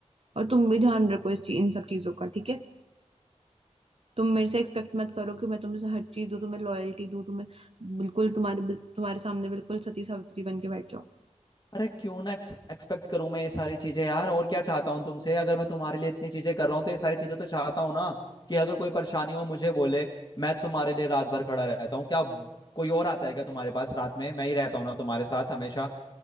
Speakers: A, on the right (about 55°); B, on the left (about 35°).
A: और तुम भी ध्यान रखो इस चीज इन सब चीजों का ठीक है तुम मेरे से एक्सपेक्ट मत करो कि मैं तुम्हें हर चीज दूं तुम्हें लॉयल्टी दूं तुम्हें बिल्कुल तुम्हारे तुम्हारे सामने बिल्कुल सती सावित्री बन के बैठ जाऊं
B: अरे क्यों ना एक्सपेक्ट करूं मैं ये सारी चीजें यार और क्या चाहता हूँ तुमसे अगर मैं तुम्हारे लिए इतनी चीजें कर रहा हूँ तो ये सारी चीजें तो चाहता हूँ ना कि अगर कोई परेशानी हो मुझे बोले मैं तुम्हारे लिए रात भर खड़ा रहता हूँ क्या कोई और आता है क्या तुम्हारे पास रात में मैं ही रहता हूँ ना तुम्हारे साथ हमेशा